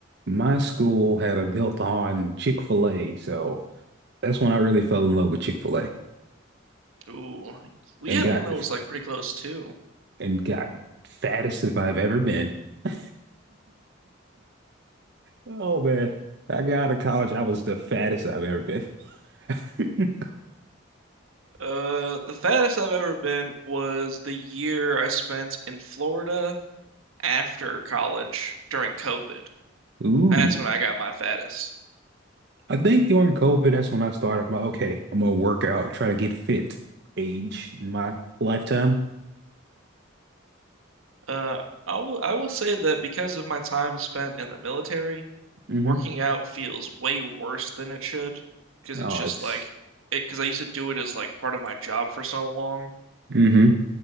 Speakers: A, on the right (about 55°); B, on the right (about 85°).
A: my school had a built-on Chick-fil-A, so that's when I really fell in love with Chick-fil-A
B: Ooh, we
A: and
B: had
A: got
B: one that was like pretty close too.
A: and got fattest if I've ever been. <laughs> Oh man, I got out of college, I was the fattest I've ever been. <laughs>
B: Uh, the fattest I've ever been was the year I spent in Florida after college during COVID.
A: Ooh,
B: That's when I got my fattest.
A: I think during COVID, that's when I started my okay, I'm gonna work out, try to get fit age in my lifetime.
B: Uh, I will I will say that because of my time spent in the military,
A: hmm
B: working out feels way worse than it should because
A: Oh,
B: it's just
A: it's
B: like it because I used to do it as like part of my job for so long,
A: hmm